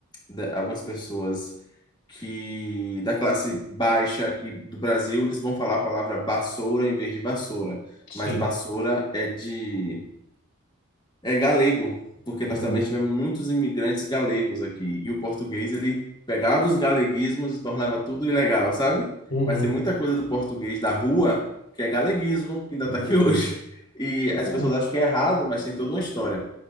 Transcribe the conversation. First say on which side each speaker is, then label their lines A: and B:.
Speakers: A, on the left; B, on the left.
A: da- algumas pessoas que da classe baixa aqui do Brasil, eles vão falar a palavra vassoura em vez de vassoura,
B: sim,
A: mas vassoura é de é galego, porque
B: uhum,
A: nós também tivemos muitos imigrantes galegos aqui. E o português, ele pegava os galeguismos e tornava tudo ilegal, sabe?
B: uhum,
A: Mas tem muita coisa do português da rua que é galeguismo, que ainda
B: entendi.
A: está aqui <laughs> hoje. E as
B: É,
A: pessoas acham que é errado, mas tem toda uma história.